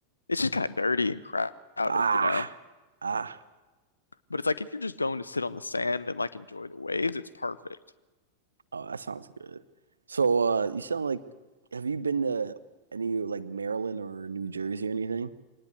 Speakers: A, on the left (about 80°); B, on the right (about 75°).
A: It's just kind of dirty and crowded,
B: Ah,
A: you know?
B: ah.
A: But it's like if you're just going to sit on the sand and like enjoy the waves, it's perfect.
B: Oh, that sounds good. So, uh, you sound like, have you been to any like Maryland or New Jersey or anything?